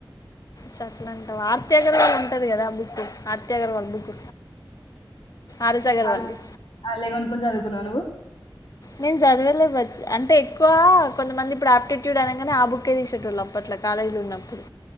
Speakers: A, on the left; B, on the left.
A: సొ అట్ల అంటావ ఆర్తీ అగర్వాల్ ఉంటది కదా బుక్ ఆర్తీఅగర్వాల్ బుక్ ఆర్ఎస్ అగర్వాల్ది
B: అ అళేగనుకుని చదువుకున్నావు నువ్వు
A: నేను చదివలే అంటే ఎక్కువ కొంతమంది ఇప్పుడు ఆయాప్టిట్యూడ్ అనగానే ఆ బుక్ేది చెలు అప్పట్ల కాాలయలు ఉన్నప్పుడు